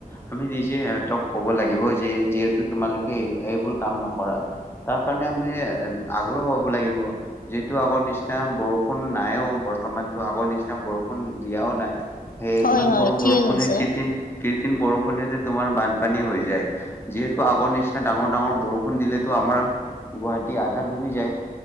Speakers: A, on the left; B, on the left.
A: আমি নিজে সেহঁতক ক'ব লাগিব যে যিহেতু তোমালোকে এইবোৰ কাম নকৰা তাৰ কাৰণে আমি আগ্ৰহ হ'ব লাগিব যিহেতু আগৰ নিচিনা বৰষুণ নাইও বৰ্তমানতো আগৰ নিচিনা বৰষুণ দিয়াও নাই। সেই
B: হয়
A: ইমান
B: হয়
A: সৰু
B: ঠিকে
A: বৰষুণে
B: কৈছা।
A: ক্ৰিটিন কৃত্ৰিম বৰষুণতে তোমাৰ বানপানী হৈ যায় যিহেতু আগৰ নিচিনা ডাঙৰ ডাঙৰ বৰষুণ দিলেতো আমাৰ গুৱাহাটী আধা ডুবি যায়।